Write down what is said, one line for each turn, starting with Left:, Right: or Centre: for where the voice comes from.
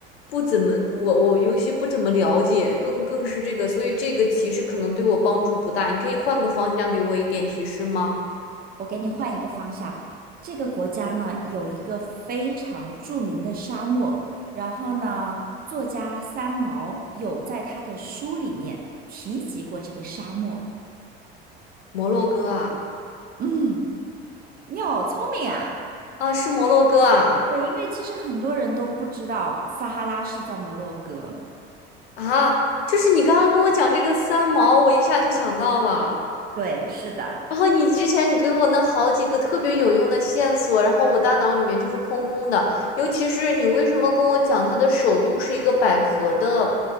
Left: 不怎么，我我尤其不怎么了解，更更是这个，所以这个其实可能对我帮助不大。你可以换个方向给我一点提示吗？
Right: 我给你换一个方向，这个国家呢有一个非常著名的沙漠，然后呢，作家三毛有在他的书里面提及过这个沙漠。
Left: 摩洛哥啊，
Right: 嗯，你好聪明啊！
Left: 啊，是摩洛哥啊，
Right: 对，因为其实很多人都不知道撒哈拉是在摩洛哥。
Left: 啊，就是你刚刚跟我讲这个三毛，我一下就想到了。
Right: 对，是的。
Left: 然后你之前你给我那好几个特别有用的线索，然后我大脑里面就是空空的。尤其是你为什么跟我讲它的首都是一个百合的